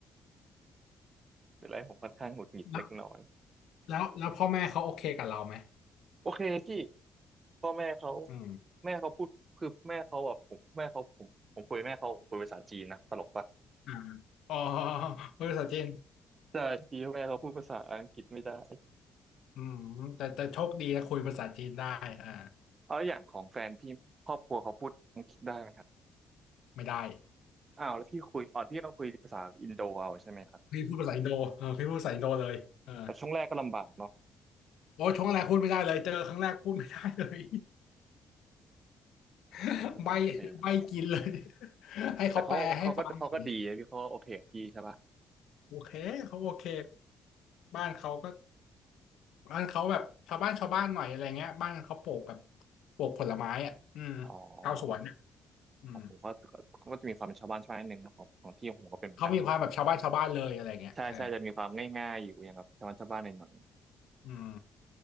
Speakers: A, on the right; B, on the left.
A: เป็นอะไรผมค่อนข้างหงุดหงิดเล็กน้อย
B: <laughs> แล้วแล้วแล้วพ่อแม่เขาโอเคกับเราไหม
A: โอเคพี่พ่อแม่เขา
B: อืม
A: แม่เขาพูดคือแม่เขาแบบผมแม่เขาผมผมคุยแม่เขาผมคุยภาษาจีนนะตลกปะ
B: อ่าอ๋อพูดภาษาจีน
A: แต่จีนแม่เขาพูดภาษาอังกฤษไม่ได้
B: อืมแต่แต่โชคดีนะคุยภาษาจีนได้อ่า
A: แล้วอย่างของแฟนพี่ครอบครัวเขาพูดอังกฤษได้ไหมครับ
B: ไม่ได้
A: อ้าวแล้วพี่คุยอ๋อพี่ต้องคุยภาษาอินโดเอาใช่ไหมครับ
B: พี่พูดภาษาอินโดเออพี่พูดภาษาอินโดเลยเออ
A: แต่ช่วงแรกก็ลำบากเนาะ
B: โอ้ช่วงแรกพูดไม่ได้เลยเจอครั้งแรกพูดไม่ได้เลย
A: โอ้ก็ยังโอเคอะ
B: <laughs> ไม่ไม่กินเลย <laughs> ให้เขาแปลให้ฟังหน่อย
A: แต่เขาเขาก็เขาก็ดีนะพี่เขาก็โอเคกับพี่ใช่ปะ
B: โอเคเขาโอเคบ้านเขาก็บ้านเขาแบบชาวบ้านชาวบ้านหน่อยอะไรเงี้ยบ้านเขาปลูกแบบปลูกผลไม้อ่ะอืมชาวสวนอ่ะ
A: อ๋อของ
B: อืม
A: ของผมก็ก็จะมีความเป็นชาวบ้านชาวบ้านนิดนึงนะของของที่ของผมก็เป็นเหมือนกัน
B: เขามีความแบบชาวบ้านชาวบ้านเลยอะไรเงี้ยเออ
A: ใช่ใช่จะมีความง่ายๆอยู่อย่างแบบชาวบ้านชาวบ้านหน่อย
B: อืม